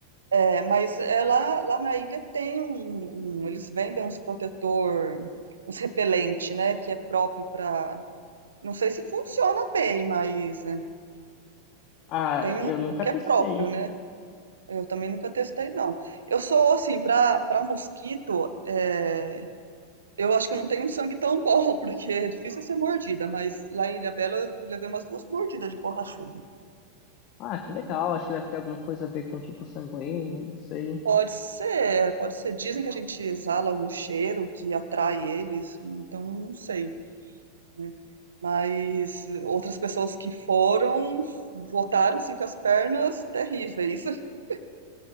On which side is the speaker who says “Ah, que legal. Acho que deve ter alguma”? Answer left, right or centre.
Left